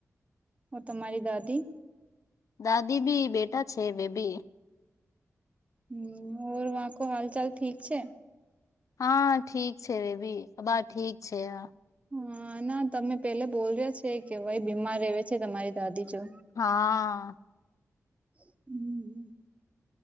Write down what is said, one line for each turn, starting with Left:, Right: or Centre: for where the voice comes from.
Right: ઓ તમારી દાદી?
Left: દાદી ભી બેટા છે બેબી.
Right: હમ્મ વાકો હાલ ચાલ ઠીક છે?
Left: હા ઠીક છે રેબી અબા ઠીક છે હ.
Right: હા ના તમે પેલા બોલ્યા છે કે ભાઈ બીમાર રવે છે તમારી દાદી જો.
Left: હા.
Right: હમ્મ હમ્મ.